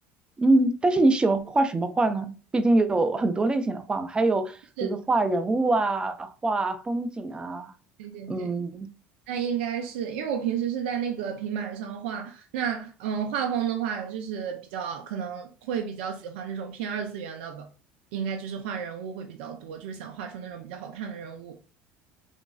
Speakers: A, on the right; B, on the right.
A: 嗯，但是你喜欢画什么画呢？毕竟有很多类型的画嘛，还有比如说画人物啊、
B: 是，
A: 画风景啊，
B: 对对对。
A: 嗯，
B: 那应该是因为我平时是在那个平板上画，那嗯，画风的话就是比较可能会比较喜欢那种偏二次元的吧，应该就是画人物会比较多，就是想画出那种比较好看的人物。